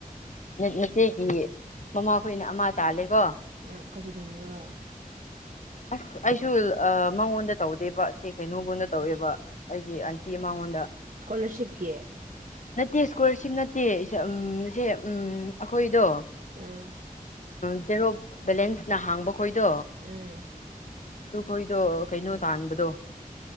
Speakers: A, on the left (about 55°); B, on the right (about 60°).
A: ꯃꯆꯦꯒꯤ ꯃꯃꯥꯈꯣꯏꯅ ꯑꯃ ꯇꯥꯜꯂꯦꯀꯣ
B: ꯑ ꯀꯔꯤꯒꯨꯝꯕ꯭ꯔꯣ
A: ꯑꯁ ꯑꯩꯁꯨ ꯃꯉꯣꯟꯗ ꯇꯧꯗꯦꯕ ꯁꯤ ꯀꯩꯅꯣꯒꯣꯟꯗ ꯇꯧꯋꯦꯕ ꯑꯩꯒꯤ ꯑꯟꯇꯤ ꯃꯉꯣꯟꯗ
B: ꯁ꯭ꯀꯣꯂꯔꯁꯤꯤꯞꯀꯤꯦ
A: ꯅꯠꯇꯦ ꯏꯁꯀꯣꯂꯥꯔꯁꯤꯞ ꯅꯠꯇꯦ ꯎ ꯁꯦ ꯎꯝ ꯑꯩꯈꯣꯏꯗꯣ
B: ꯎꯝ
A: ꯎꯝ ꯖꯦꯔꯣ ꯕꯦꯂꯦꯟꯁꯅ ꯍꯥꯡꯕ ꯈꯣꯏꯗꯣ
B: ꯎꯝ
A: ꯑꯗꯨꯈꯣꯏꯗꯣ ꯀꯩꯅꯣ ꯇꯥꯟꯕꯗꯣ